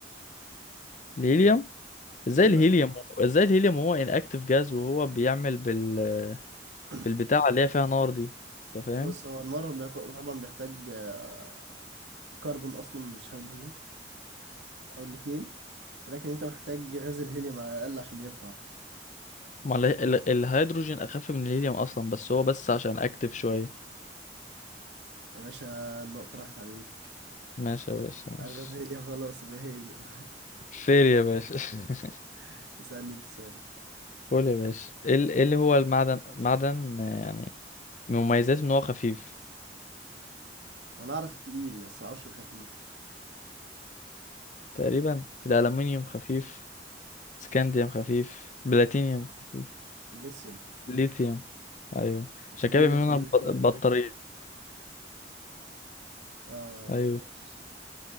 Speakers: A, on the right (about 80°); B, on the left (about 45°).
A: الهيليوم
B: الهيليوم
A: أنا-
B: ازاي
A: ايوه
B: الهيليوم ازاي الهيليوم هو انأكتيف جاز وهو بيعمل بال...
A: <coughs>
B: بالبتاع اللي هي فيها نار دي انت فاهم
A: بص هو النار بيط- طبعا بيحتاج آه، كربون اصلا مش هيدروجين او الاتنين ولكن انت محتاج غاز الهيليوم على الاقل عشان يرفع
B: ما ال... ال... الهيدروجين اخف من الهيليوم اصلا بس هو بس عشان اكتف شويه
A: يا باشا النقطة راحت عليك
B: ماشي يا باشا ماشي
A: الغاز هيليوم خلاص يبقى هيليوم
B: فير يا باشا <laughs>
A: <laughs> اسألني انت سؤالك
B: قول يا باشا ايه ال- إيه اللي هو المعدن معدن آه، يعني من مميزاته ان هو خفيف
A: انا اعرف التقيل بس ما اعرفش الخفيف
B: تقريبا الالومنيوم خفيف سكانديوم خفيف بلاتينيوم خفيف
A: ليثيوم
B: ليثيوم ايوه
A: انت
B: عشان
A: بتجيب
B: كده بيعملوا
A: لي اسئله
B: منها الب-
A: رخمه
B: البطاريات
A: قوي اه
B: ايوه
A: ماشي